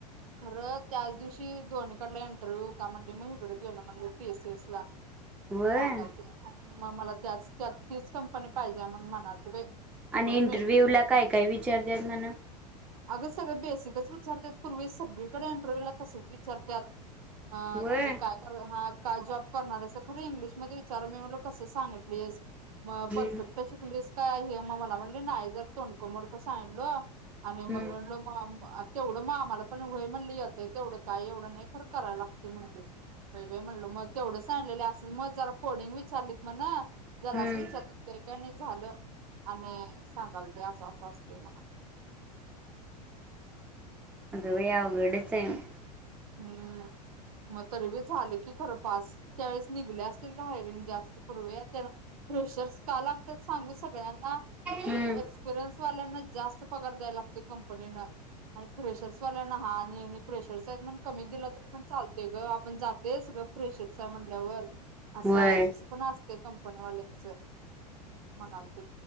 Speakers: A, on the right; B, in the centre.
A: खरं त्याच दिवशी दोनीकडला इंटरव्ह्यू होता. म्हणजे मी इकड गेलो म्हणजे टी सी येस ला.
B: व्हय
A: सांगालतीस तू. म-मला त्याच, त्यात तीच कंपनी पाहिजे हाय म्हणून म्हणालती बाई.
B: आणि
A: होय
B: इंटरव्ह्यू
A: मिळते
B: ला काय काय विचारत्यात म्हण?
A: अगस सगळ बेसिकच विचारत्यात पुर्वी सगळीकड एंटरव्ह्यूला तसच विचारत्यात. अ
B: व्हय
A: तुम्ही काय कर हात? काय जॉब करणार हाईसा? खरं इंग्लिशमध्ये विचारा मी मनल कसं सांगितलीस? म
B: हम्म
A: परफेक्ट शिकलीस. काय हे म मला म्हणली नाई जर तोंडकं मोडकं सांडलं आणि म
B: हम्म
A: मी म्हणलो तेवढं मग आम्हाला पण व्हय म्हणली येतय. तेवढं काय एवढं नाही खरं करायला लागते म्हणली. बई बई म्हणल मग तेवढं सांगलेलं असं म जरा कोडिंग विचारलीत मण जरास
B: हम्म
A: विचारत्यात लई काय नाही झालं. आणि सांगाल त्या असं-असं असते म्हण.
B: अग बाई अवघडच हाय.
A: हम्म मग तरी बी झाल की खरं पास. त्यावेेळेस निघल्या असतील हायरिंग जास्त पूर्वी आ त्या फ्रेशर्स का लागतात सांगू सगळ्यांना?
B: हम्म
A: एक्सपिरियन्स. <unintelligible> वाल्यांना जास्त पगार द्यायला लागतोय कंप पनीनं आणि प्रेशर्स वाल्यांना हाय आणि मी प्रेश शर्स हाईत म्हणून कमी दिला तरी पण चालतय गं आ पण जातयंच ग प्रेशरच हाय म्हणल्यावर. असं
B: व्हय
A: हाय तसं पण असतय कंप् पण वाल्यांच मनालती.